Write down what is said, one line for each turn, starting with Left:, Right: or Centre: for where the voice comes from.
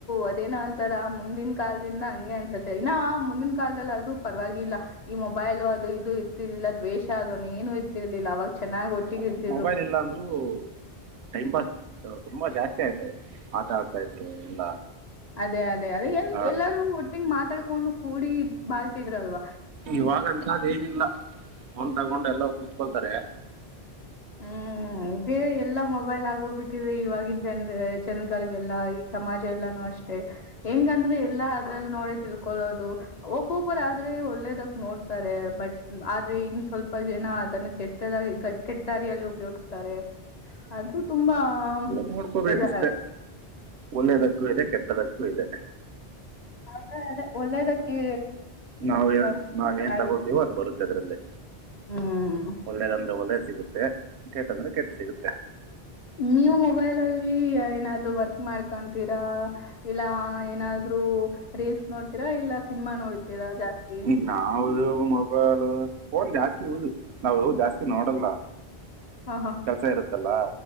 Left: ಅದೇನ ಅಂತಾರ ಮುಂದಿನ ಕಾಲದಿಂದ ಹಂಗೆ ಅನ್ಸತ್ತೆ ಇನ್ನ ಮುಂದಿನ ಕಾಲದಲ್ಲಿ ಆದ್ರೂ ಪರವಾಗಿಲ್ಲ ಈ ಮೊಬೈಲ್ ಅದು ಇದು ಇರ್ತಿರ್ಲಿಲ್ಲ ದ್ವೇಷ ಅದು ಏನು ಇರ್ತಿರ್ಲಿಲ್ಲ ಅವಾಗ. ಚೆನ್ನಾಗ್ ಒಟ್ಟಿಗೆ
Right: ಹ
Left: ಇರ್ತಿದ್ರು
Right: ಮೊಬೈಲ್ ಇಲ್ಲ ಅಂದ್ರರು ಟೈಮ್ ಪಾಸ್ ತುಂಬಾ ಜಾಸ್ತಿ ಆಯ್ತಾ ಆಟ ಆಡ್ತಾ ಇದ್ರು ಎಲ್ಲ.
Left: ಅದೇ ಅದೇ ಅದೇ ಎ
Right: ಆ,
Left: ಎಲ್ಲಾರೂ ಒಟ್ಟಿಗೆ ಮಾತಾಡ್ಕೊಂಡು ಕೂಡಿ ಬಾಳ್ ಇದಿದ್ರಲ್ವಾ
Right: ಇವಾಗಂತ್ದ್ ಏನಿಲ್ಲ ಅವ್ನ್ ತಗೊಂಡ ಎಲ್ಲ ಕೂ ಕೊಳ್ತಾರೆ
Left: ಹ್ಮ್ ಎಲ್ಲಾ ಮೊಬೈಲ್ ಆಗೋಗ್ಬಿಟ್ಟಿದೆ ಇವಾಗಿನ ಜನ್ ಜನಗಳಿಗೆಲ್ಲಾ ಈ ಸಮಾಜ ಎಲ್ಲಾನು ಅಷ್ಟೆ ಹೆಂಗಂದ್ರೆ ಎಲ್ಲಾ ಅದ್ರಲ್ಲಿ ನೋಡ ತಿಳ್ಕೊಳ್ಳೋದು ಒಬ್ಬೊಬ್ಬರ ಆದ್ರೆ ಒಳ್ಳೇದಕ್ ನೋಡ್ತಾರೆ ಬಟ್ ಆದ್ರೆ ಇನ್ ಸ್ವಲ್ಪ ಜನ ಅದನ್ನ ಕೆಟ್ಟದಾಗ ಕೆಟ್ಟ ದಾರಿಯಲ್ಲಿ ಉಪಯೋಗಿಸ್ತಾರೆ ಅದು ತುಂಬಾ
Right: ನೋಡ್ಕೋಬೇಕಷ್ಟೆ
Left: ಬೇಜಾರಾಗ
Right: ಒಳ್ಳೆದಕ್ಕೂ ಅದಕ್ಕೆ ಅದಕ್ಕೂ ಇದೆ
Left: ಹ ಒಳ್ಳೇದಕ್ಕೆ
Right: ನಾವು
Left: ನೋಡ್
Right: ನಾವೇನ್
Left: ಚೆನ್ನಾಗಿ
Right: ತಗೋತೀವೋ ಅದು ಬರುತ್ತೆ ಅದ್ರಲ್ಲಿ
Left: ಹ್ಮ್
Right: ಒಳ್ಳೇದಂದ್ರೆ ಒಳ್ಳೇದ ಸಿಗುತ್ತೆ. ಕೆಟ್ಟಂದ್ರೆ ಕೆಟ್ಟು ಸಿಗುತ್ತೆ.
Left: ನಿವು ಮೊಬೈಲ್ ಹ ಏನಾದ್ರು ವರ್ಕ್ ಮಾಡ್ಕೊತೀರಾ ಇಲ್ಲ ಏನಾದ್ರು ರೀಲ್ಸ್ ನೋಡ್ತೀರಾ ಇಲ್ಲ. ಸಿನಿಮಾ ನೋಡ್ತೀರಾ ಜಾಸ್ತಿ
Right: ಹ್ಮ ನಾವುದ ಮೊಬಲ್ ಫೋನ್ ಜಾಸ್ತಿ ಯಸ್ ನಾವು ಹ ಜಾಸ್ತಿ ನೋಡಲ್ಲ.
Left: ಹ ಹ
Right: ಕೆಲ್ಸ ಇರುತ್ತಲ್ಲ